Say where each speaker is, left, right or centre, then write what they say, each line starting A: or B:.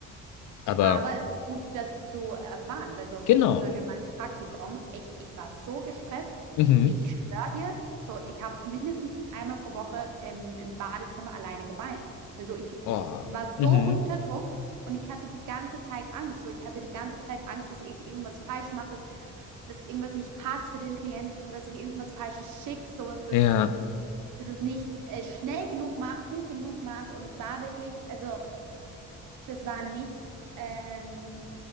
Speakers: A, on the left; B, on the right.
A: aber
B: Aber es ist gut, das zu erfahren, weil so zum
A: genau.
B: Beispiel in meinem Praktikum, ich, ich war so gestresst,
A: Mhm.
B: ich schwör dir, so ich habe mindestens einmal pro Woche im, im Badezimmer alleine geweint. Weil so ich,
A: Oh,
B: ich war
A: mhm.
B: so unter Druck und ich hatte die ganze Zeit Angst. So ich hatte die ganze Zeit Angst, dass ich irgendwas falsch mache, dass, dass irgendwas nicht passt für den Klienten, dass ich irgendwas Falsches schicke, so dass,
A: Ja,
B: dass es nicht äh, schnell genug mache, gut genug mache. Und ich war wirklich, also das war nicht ähm,